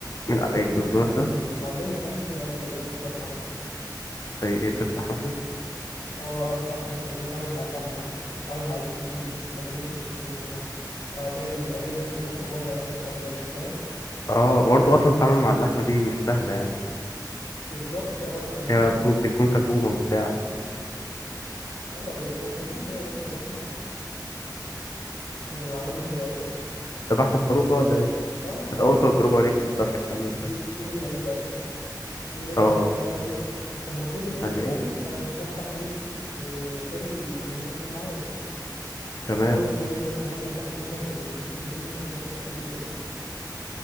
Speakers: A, on the left; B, on the left.
A: من
B: علمني
A: أ- إيه، الجزار
B: ع-
A: ده
B: علمني حاجات كتير قوي خلي بالك كنت بعرف اعملها
A: زي ايه تذبح مثلا
B: اه اذبح مثلا ازاي اتعامل مع اللحمه اتعامل مع الزبون اخليه مثلا يشتري مننا ابيع ل- ابيع للزبون لحمه بايظه على سنه شغاله فاهم
A: اه برضه اصلا التعامل مع اللحمة دي مش سهلة يعني
B: بالظبط اه فالمهم
A: هي بتو-
B: ايه
A: بتكون كتومة وبتاع
B: اه بالظبط المهم ايه يا باشا رحنا آه عملنا ايه بقى يا باشا
A: ذبحت خروف بقى ولا ايه؟
B: اه ما
A: كانت
B: انا بقول
A: أول تجربة
B: لك
A: ليك في الذبح كانت عاملة ازاي؟
B: جه جه يوم العيد بقى يا صاحبي يوم العيد
A: اه
B: ده انت عارف بقى ايه المفروض ان انا
A: قال
B: قلت
A: لي
B: له
A: إيه؟
B: انا مش هذبح ايه آه غير ال- لما انت تكون معايا
A: تمام
B: فهو يوم, يوم العيد كان هو بيذبح كلهم مشغولين راح مديني خروف يا باشا قال لي اذبح